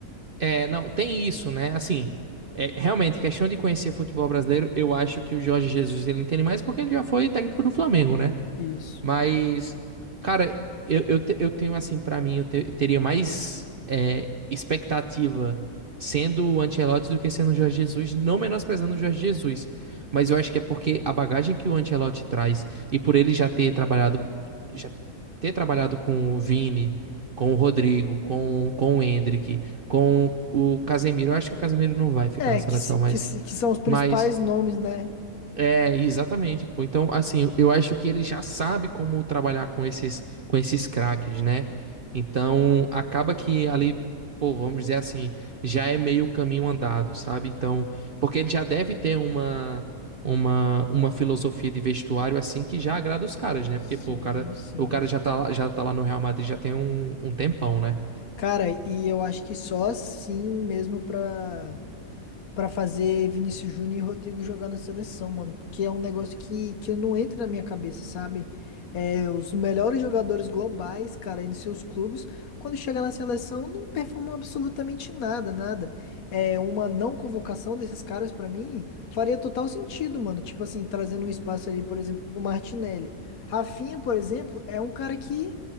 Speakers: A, on the right; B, on the left.
A: É, não, tem isso, né? Assim, é, realmente, questão de conhecer futebol brasileiro, eu acho que o Jorge Jesus ele entende mais porque ele já foi técnico do Flamengo, né?
B: Isso.
A: Mas, cara, eu, eu, te- eu tenho assim, pra mim, eu te- teria mais é, expectativa sendo o Ancelotti do que sendo o Jorge Jesus, não menosprezando o Jorge Jesus. Mas eu acho que é porque a bagagem que o Ancelotti traz e por ele já ter trabalhado, já ter trabalhado com o Vini, com o Rodrigo, com, com o Endrick, com o Casemiro. Eu acho que o Casemiro não vai ficar
B: É,
A: na seleção,
B: que, se-
A: mas,
B: que, se- que são os principais
A: mas
B: nomes, né?
A: é, exatamente, pô. Então, assim, eu acho que ele já sabe como trabalhar com esses com esses craques, né? Então, acaba que ali, pô, vamos dizer assim, já é meio caminho andado, sabe? Então, porque ele já deve ter uma uma uma filosofia de vestuário assim que já agrada os caras, né?
B: Sim,
A: Porque, pô, o cara
B: sim.
A: o cara já tá lá- já tá lá no Real Madrid já tem um, um tempão, né?
B: Cara, e eu acho que só assim mesmo pra. pra fazer Vinícius Júnior e Rodrigo jogar na seleção, mano. Porque é um negócio que, que não entra na minha cabeça, sabe? É, os melhores jogadores globais, cara, em seus clubes, quando chega na seleção, não performam absolutamente nada, nada. É, uma não convocação desses caras, pra mim, faria total sentido, mano. Tipo assim, trazendo um espaço ali, por exemplo, pro Martinelli. Rafinha, por exemplo, é um cara que